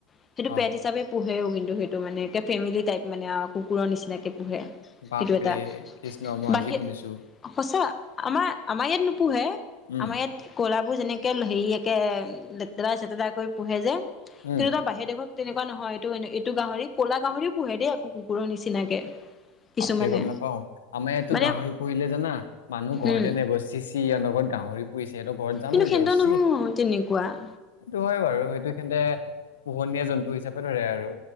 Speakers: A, on the left; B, on the left.
A: সেইটো
B: অ
A: পেট হিচাপে পোহেও কিন্তু সেইটো', সেইটো মানে এটা ফেমিলি টাইপ মানে কুকুৰৰ নিচিনাকে পোহে',
B: বাপৰে,
A: সেইটো এটা
B: কৃষ্ণ মই
A: বাহি
B: আজি শুনিছোঁ',
A: সঁচা', আমাৰ', আমাৰ ইয়াত নোপোহে
B: উম
A: আমাৰ ইয়াত', কলাবোৰ যেনেকে হেৰি একে লেতেৰা চেতেৰা কৰি পোহে যে কিন্তু
B: উম
A: সিহঁতৰ বাহিৰ দেশত', তেনেকুৱা নহয়', এইটো এ এইটো গাহৰি ক'লা গাহৰি পোহে দেই আকৌ কুকুৰৰ নিচিনাকে', কিছুমানে
B: বাপৰে, গম নাপাওঁ', আমাৰ ইয়াতো
A: মানে
B: গাহৰি পুহিলে জানা মানুহ ঘৰতে
A: উম
B: নেব', চি', - চি', সিহঁতৰ ঘৰত গাহৰি পুহিছে সিহঁতৰ ঘৰত যাম
A: কিন্তু
B: নেকি
A: সেনতৰ
B: আৰু চি',
A: নহয় তেনেকুৱা
B: সেইটো হয় বাৰু সেইটো সেন্তে পোহনীয়া জন্তু হিচাপে ধৰে আৰু',